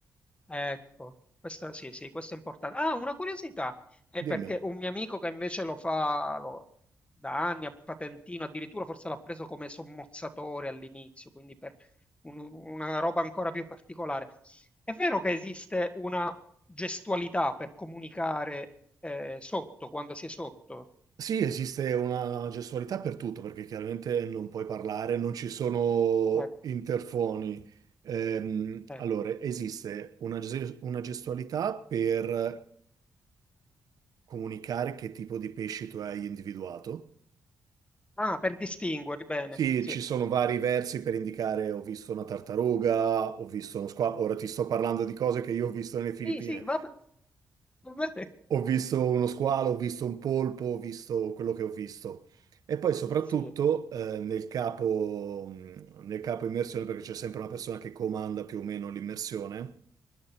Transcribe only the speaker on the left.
Ecco, questo sì, sì, questo è importante. Ah, una curiosità, è
perché un mio amico che invece lo fa lo- da anni a patentino, addirittura forse l'ha preso come sommozzatore all'inizio, quindi per un- una roba ancora più particolare. È vero che esiste una gestualità per comunicare eh, sotto, quando si è sotto?
Ecco,
ecco.
Ah, per distinguerli, bene,
sì.
Sì, sì, vabbè. <laughs> Vabbè,
Sì.